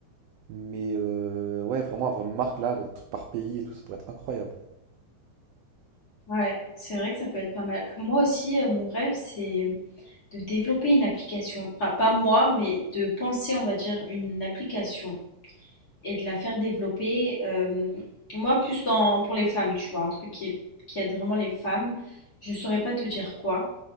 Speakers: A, on the right; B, on the left.
A: Mais euh, ouais, vraiment avoir une marque là, le truc par pays et tout, ça pourrait être incroyable.
B: Ouais, c'est vrai que ça peut être pas mal. Moi aussi, euh, mon rêve, c'est de développer une application, enfin pas moi, mais de penser, on va dire, une application et de la faire développer. euh, moi, plus dans, pour les femmes, tu vois, un truc qui, est- qui aide vraiment les femmes. Je saurais pas te dire quoi,